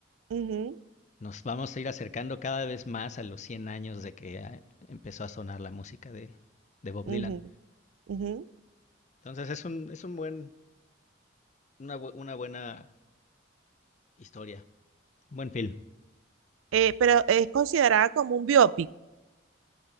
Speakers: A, on the right (about 85°); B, on the left (about 35°).
A: ujú,
B: Nos vamos a ir acercando cada vez más a los 100 años de que ah, empezó a sonar la música de, de Bob Dylan.
A: ujú, ujú.
B: Entonces es un, es un buen, una, bu- una buena historia, un buen film.
A: Eh, pero es considerada como un biopic.